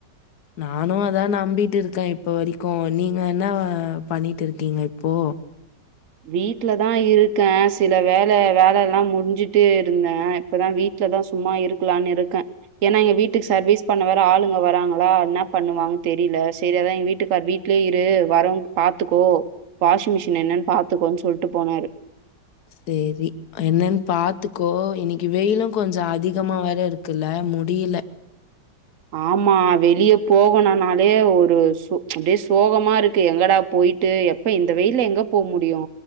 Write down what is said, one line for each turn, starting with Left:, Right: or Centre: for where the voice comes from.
Left: நானு அதா நம்பிட்டு இருக்கே இப்ப வரிக்கு நீங்க என்ன பண்ணிட்டு இருக்கிங்க இப்போ
Right: வீட்லதா இருக்கே சில வேல வேல எல்லா முடிஞ்சுட்டு இருந்தே இப்பதா வீட்லதா சும்மா இருக்கலானு இருக்க ஏனா எ வீட்டுக்கு சர்வீஸ் பண்ண வேற ஆளுங்க வராங்களா என்னா பண்ணுவாங்கன் தெரில செரி அதா எங்க வீட் டுக்கார் வீட்லயே இரு வரவுங்க பாத்துக்கோ வாஷின் மிஷின் என்னன் பாத் துக்கோன் சொல்ட்டு போனாரு
Left: செரி என்னன் பாத்துக்கோ இன்னிக்கு வெயிலு கொஞ்ச அதிகமா வேற இருக்குல்ல முடியில
Right: ஆமா வெளிய போகணுனாலே ஒரு சொ அப்டியே சோகமா இருக்கு எங்கடா போய்ட்டு எப்ப இந்த வெயில எங்க போ முடியு